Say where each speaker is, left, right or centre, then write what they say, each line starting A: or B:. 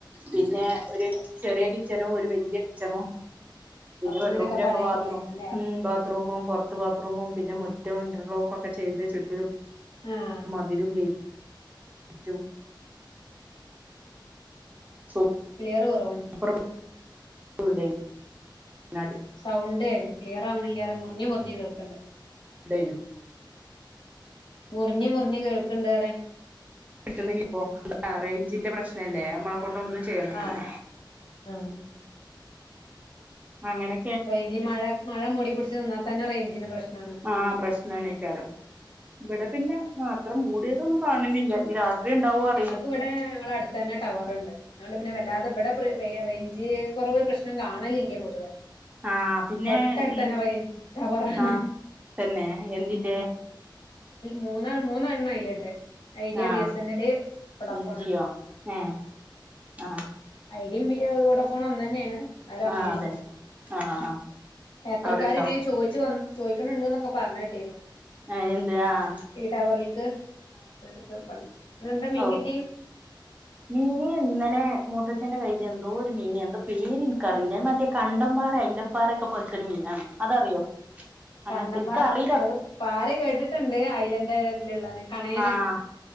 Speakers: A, on the right; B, on the left.
A: പിന്നെ ഒരു ചെറിയ കിച്ചണു ഒരു വല്ല്യ കിച്ചണു പിന്നെ
B: അങ്ങനെയൊക്കെ
A: ബെഡ്റൂലൊക്കെ
B: പാടായിട്ടുള്ളായിരുന്നല്ലേ
A: ബാത്റൂം ബാത്റൂമും പുറത്ത് ബാത്റൂമും പിന്നെ മുറ്റ ഇന്റർലോക്കെ ചെയ്ത് ചുറ്റിലും
B: ആഹ്
A: മതിലും ഗൈറ്റും സൂപ്
B: ക്ളിയറ് കുറവണ്ട്
A: കുറവ് നട്
B: സൗണ്ടേ ക്ലിയർ ആവണില്ല പറയ് മുറിഞ് മുറിഞ്ഞ് കേൾക്കണ്ട്
A: <unintelligible>
B: മുറിഞ് മുറിഞ് കേൾക്കണ്ട് പറയാ
A: കിട്ടണല്ലേ റേഞ്ചിന്റെ പ്രശ്നല്ലേ നമ്മളെ കൊണ്ട ഒന്നും ചെയ്യാൻ പറ്റില്ല
B: ആഹ് ആഹ്
A: അങ്ങനെ
B: റേഞ്ചിൽ മഴ മഴ മൂടി പിടിച്ച് നിന്നാൽ തന്നെ റേഞ്ചിന് പ്രശ്നാണ്
A: ആഹ് പ്രശ്നക്കാരം ഇവിടെ പിന്നെ മാത്രം മൂടിയതൊന്നും കാണുന്നില്ല ഇനി രാത്രി ഉണ്ടാവോ അറിയില്ല
B: ഞങ്ങക്ക് ഇവിടെ ഞങ്ങള അടു തന്നെ ടവർ ഉണ്ട് അതുകൊണ്ട് പിന്നെ വല്ലാതെ എവിടെ റേഞ്ച് കുറവ് പ്രശ്നം കാണലില്ലേ പൊതുവെ
A: ആ പിന്നെ
B: തൊട്ടടുത്തന്നെ
A: ഉം
B: റെ ടവറാണ്
A: ആ തന്നെ എന്തിന്റെ
B: ഉം മൂന്ന മൂന്നെണ്ണം അയിലുണ്ട് ഐഡിയ
A: ആ
B: ബി എസ് അയൽ വൊഡാഫോണ്
A: ഉം ജിയോ ഏ ആ
B: ഐഡിയും വഡോഫോൺ ഒന്ന് തന്നെയാണ് അതോ അങ്ങനെയാണ്
A: ആ അതന്നെ ആ ആ
B: ഏട്രൽ
A: അവിടെ
B: കാര്
A: ഇണ്ടാവും
B: ഇനി ചോ ചോദിക്കണുന്നുണ്ട് എന്നൊക്കെ പറഞ്ഞു കേട്ടിരുന്നു
A: എന്ത് ആഹ്
B: ഈടവറൽക്ക് ത്തീർക്കണം ഇന്ന് എന്താ മീൻകിട്ടി
A: ഓ മീന് ഇന്നലെ മൂത്തച്ഛറെ കയ്യിൽ എന്തോ ഒരു മീന എന്തോ പേര് നിക്കറിയില്ല മറ്റേ കണ്ടന്മാർായില്ല പാരക്കെ പോലത്തെൊരു മീനാണ് അതറിയോ അങ്ങനത്തെ
B: കണ്ടന്മാര്
A: എനിക്കറിയില്ല
B: അത് പാര കേട്ടിട്ടുണ്ട് ഐലൻഡ് ഇതിലുള്ളത് കണയനാ
A: ആഹ്